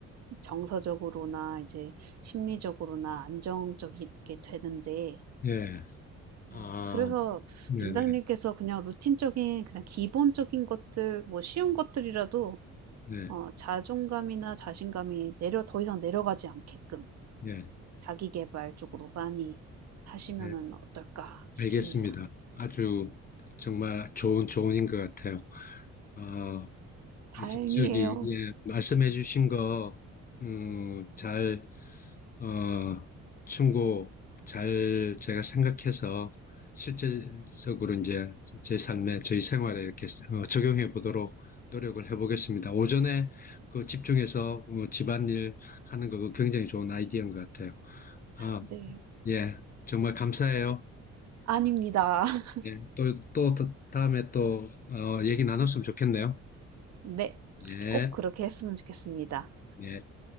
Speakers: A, on the right (about 60°); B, on the left (about 30°).
A: 정서적으로나 이제 심리적으로나 안정적이게 되는데
B: 예,
A: 네.
B: 아,
A: 그래서
B: 네,
A: 링당님께서
B: 네,
A: 그냥 루틴적인 그냥 기본적인 것들 뭐 쉬운 것들이라도
B: 네,
A: 어 자존감이나 자신감이 내려 더 이상 내려가지 않게끔
B: 네.
A: 자기 계발 쪽으로 많이 하시면은
B: 네,
A: 어떨까 싶습니다.
B: 알겠습니다. 아주 정말 좋은 조언인 것 같아요. 어,
A: 다행이에요.
B: 이제 저기 예, 말씀해주신 거 음, 잘 어, 충고 잘 제가 생각해서 실제적으로 이제 제 삶에 저희 생활에 이렇게 어, 적용해 보도록 노력을 해보겠습니다. 오전에 그 집중해서 어, 집안일 하는 거 그거 굉장히 좋은 아이디어인 것 같아요. 아,
A: 네.
B: 예, 정말 감사해요.
A: 아닙니다. <laughs>
B: 예, 또, 또, 다- 음에 또, 어, 얘기 나눴으면 좋겠네요.
A: 네.
B: 예,
A: 꼭 그렇게 했으면 좋겠습니다.
B: 예.